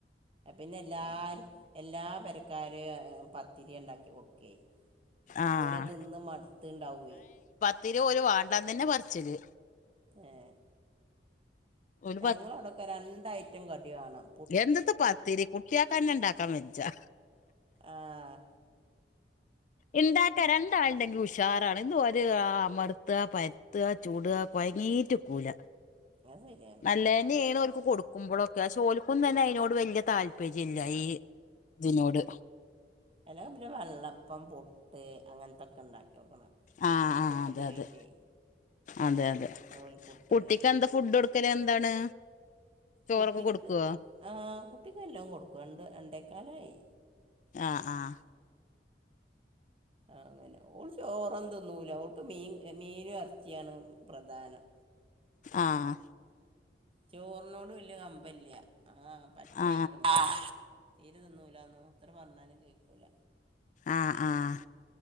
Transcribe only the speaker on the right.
പിന്നെ എല്ലാരും എല്ലാ പെരക്കാരും പത്തിരി എണ്ടാക്കി കൊടുക്കേയി
പ്പോരത് തിന്ന് മടുത്തിണ്ടാവുവേ
ഏഹ്
ഞങ്ങളവിടൊക്കെ രണ്ടഐറ്റം കടിവേണം
ആഹ്
അത് ശരിയാണ്
അല്ല പിന്നെ വെള്ളപ്പം പുട്ട് അങ്ങനത്തൊക്കെ എണ്ടാക്കി നോക്കണം
പുട്ടിന്
പുട്ട്
പൊടീട്ടേ
നൂൽ പുട്ട്
കുട്ടിക്ക്
ആഹ് കുട്ടിക്കെല്ലാം കൊടുക്കും രണ്ട് രണ്ടേക്കാലായി
അങ്ങനെ ഓള് ചോറൊന്നും തിന്നൂല്ല ഓള്ക്ക് മീൻ മീനും ഇറച്ചിയാണ് പ്രധാനം
ചോറിനോട് വല്യ കമ്പല്ല ആഹ് പറ്റയ്‌ക്കണ്
ആഹ് തീരെ തിന്നൂല്ലാന്നോ എത്ര പറഞ്ഞാലും കേക്കൂല്ല